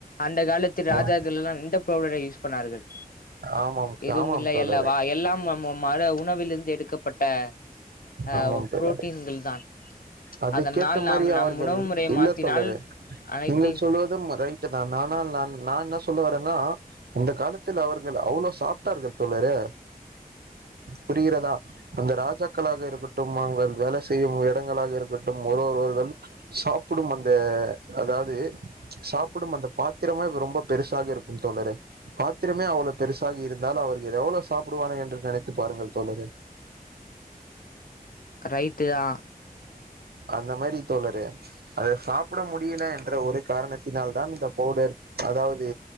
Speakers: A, on the left (about 65°); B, on the right (about 90°).
A: அந்த காலத்து ராஜாக்கள்
B: ஆ-
A: எல்லா எந்த பவ்டரை யூஸ் பண்ணார்கள்
B: ஆமாம்
A: எதுவும்
B: ஆமாம்
A: இல்லை
B: தோழரே
A: அல்லவா எல்லாம் நம் மர உணவிலிருந்து எடுக்கப்பட்ட அ
B: ஆமாம் தோழரே
A: புரோட்டீன்கள் தான்
B: அதுக்கேத்த
A: அதனால்
B: மாரி
A: நாம் நம்
B: அவர்கள்
A: உணவு முறையை
B: இல்ல
A: மாத்தினால்
B: தோழரே
A: அனைத்தையும்
B: நீங்கள் சொல்லுவதும் ரைட்டு தான் ஆனால் நான் நா என்ன சொல்ல வரேன்னா அந்த காலத்தில் அவர்கள் அவ்ளோ சாப்ட்டார்கள் தோழரே புரிகிறதா அந்த ராஜாக்களாக இருக்கட்டும் அங்கள் வேலை செய்யும் எடங்களாக இருக் ட்டும் ஒருவொருவர்கள் சாப்பிடும் அந்த அதாவ் து சாப்பிடும் அந்த பாத்திரமே ரொம்ப பெருசாக இருக்கும் தோழரே பாத்திரமே அவ்ளோ பெருசா இருந்தாலு அவர்கள் எவ்வளவு சாப்பிடுவான என்று நினைத்து பாருங்கள் தோழரே
A: ரைட்டு தா
B: அந்த மாரி தோழரே அத சாப்பிட முடியல என்ற ஒரு காரணத்தினால தா இந்த பவுடர் அதாவது